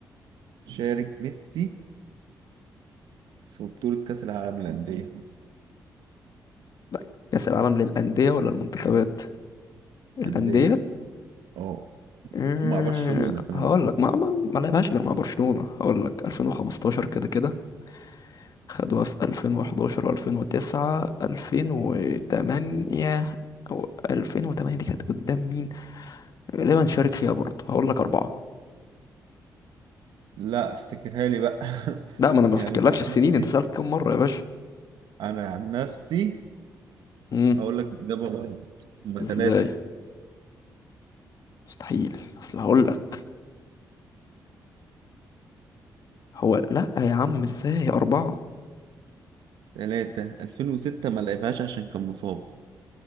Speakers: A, on the right; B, on the left.
A: شارك ميسي في بطولة كأس العالم للأندية
B: لا كأس العالم للأندية ولا المنتخبات؟ الأندية
A: أندية أه
B: أمم،
A: ومع برشلونة كمان
B: هقول لك ما ما, ما لعبهاش غير مع برشلونة هقول لك 2015 كده كده خدوها في 2011 و2009 2008 او 2008 دي كانت قدام مين غالبا شارك فيها برضه هقول لك أربعة
A: لا افتكرها لي بقى <laughs>
B: لا ما أنا ما
A: يعني
B: بفتكرلكش
A: أنا عن
B: السنين
A: نفسي
B: أنت سألت كم مرة يا باشا
A: أنا عن نفسي
B: امم
A: أقول لك الإجابة غلط هما
B: إزاي
A: تلاتة
B: مستحيل أصل هقول لك هو لا يا عم إزاي أربعة
A: تلاتة 2006 ما لعبهاش عشان كان مصاب